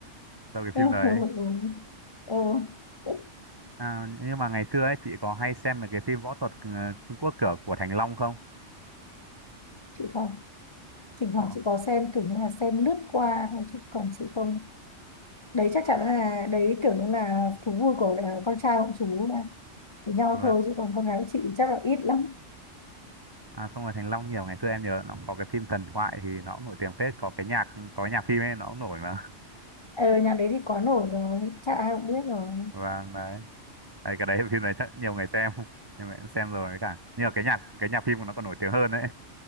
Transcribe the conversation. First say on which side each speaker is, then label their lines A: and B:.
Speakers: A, on the right; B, on the left.
A: Sau cái
B: <laughs>
A: phim đấy
B: ừ, ừ.
A: à, nhưng mà ngày xưa ấy chị có hay xem mấy cái phim võ thuật ờ, Trung Quốc kiểu của Thành Long không?
B: chị không thỉnh thoảng
A: Ồ,
B: chị có xem kiểu như là xem lướt qua thôi chứ còn chị không đấy chắc chắn là đấy kiểu như là thú vui của ờ, con trai bọn chú là của nhau
A: vâng.
B: thôi chứ còn con gái của chị chắc là ít lắm
A: À, xong rồi Thành Long nhiều ngày xưa em nhớ nó cũng có cái phim Thần Thoại thì nó cũng nổi tiếng phết có cái nhạc có cái nhạc phim ấy nó cũng nổi mà
B: ờ nhà đấy thì quá nổi rồi chắc ai cũng biết rồi
A: <laughs> vâng đấy đấy cái đấy phim đấy chắc nhiều người xem <laughs> nhiều người cũng xem rồi với cả nhưng mà cái nhạc cái nhạc phim của nó còn nổi tiếng hơn đấy